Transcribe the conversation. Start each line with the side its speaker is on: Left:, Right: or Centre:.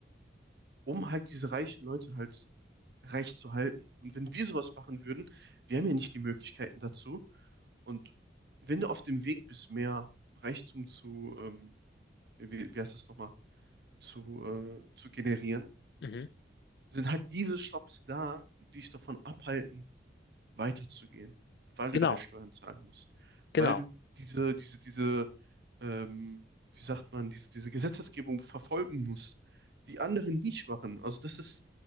Right: um halt diese reichen Leute halt reich zu halten. Und wenn wir sowas machen würden, wir haben ja nicht die Möglichkeiten dazu. Und wenn du auf dem Weg bist, mehr Reichtum zu, ähm, wie, wie heißt es nochmal, zu, äh, zu generieren,
Left: Mhm.
Right: sind halt diese Shops da, die dich davon abhalten, weiterzugehen, weil du
Left: Genau,
Right: deine Steuern zahlen musst,
Left: genau,
Right: weil du diese, diese, diese, ähm, wie sagt man, diese, diese Gesetzesgebung verfolgen musst, die anderen nicht machen. Also das ist